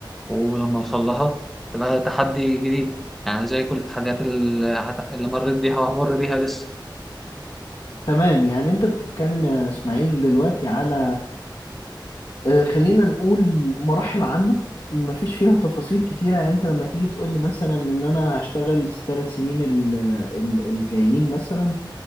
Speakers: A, in the centre; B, on the left.
A: ولما اوصل لها تبقى تحدي جديد يعني زي كل التحديات اللي هت- اللي مريت بيها وهمر بيها لسه
B: تمام يعني انت بتتكلم يا اسماعيل دلوقتي على آه، خلينا نقول مراحل عامه مفيش فيها تفاصيل كتيره يعني انت لما تيجي تقول لي مثلا ان انا هشتغل الثلاث سنين ال- ال- الجايين مثلا